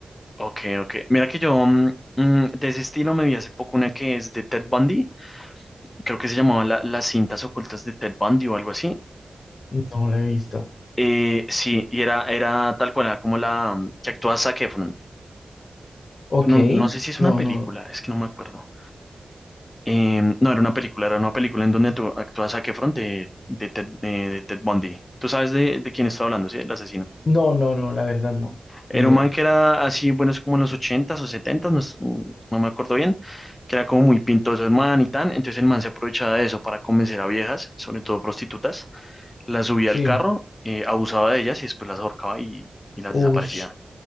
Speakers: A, on the left; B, on the left.
A: ok, ok. Mira que yo mm, mm, de ese estilo me vi hace poco una que es de Ted Bundy. Creo que se llamaba la- Las cintas ocultas de Ted Bundy o algo así.
B: No la he visto.
A: Eh, sí, y era, era tal cual, era como la mm, que actúa Zac Efron.
B: Ok,
A: No, no sé si es
B: no,
A: una película,
B: no.
A: es que no me acuerdo. Em, no, era una película, era una película en donde tú actúas a Efron de, de, Ted, eh, de Ted Bundy. Tú sabes de, de quién estaba hablando, ¿sí? El asesino.
B: No, no, no, la verdad no.
A: Era
B: Ni
A: un
B: idea.
A: man que era así, bueno, es como en los ochentas o setentas no, es- no me acuerdo bien, que era como muy pintoso el man y tan. Entonces el man se aprovechaba de eso para convencer a viejas, sobre todo prostitutas, las subía
B: Sí.
A: al carro, eh, abusaba de ellas y después las ahorcaba y, y las
B: Ush.
A: desaparecía.